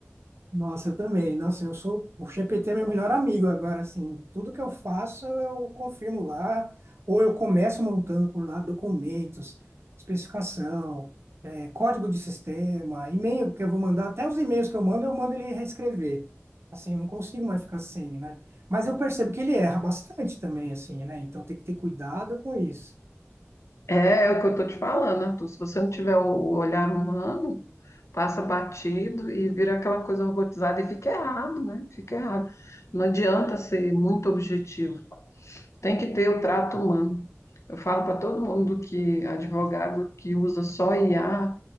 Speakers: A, on the right; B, on the left.
A: Nossa, eu também. Nossa, eu sou. O GPT é meu melhor amigo agora, assim. Tudo que eu faço, eu confirmo lá. Ou eu começo montando por lá documentos, especificação, eh, código de sistema, e-mail que eu vou mandar. Até os e-mails que eu mando, eu mando ele reescrever. Assim, eu não consigo mais ficar sem, né? Mas eu percebo que ele erra bastante também, assim, né? Então tem que ter cuidado com isso.
B: É, é o que eu estou te falando, Arthur. Se você não tiver o, o olhar humano, passa batido e vira aquela coisa robotizada e fica errado, né? Fica errado. Não adianta ser muito objetivo. Tem que ter o trato humano. Eu falo para todo mundo que advogado que usa só IA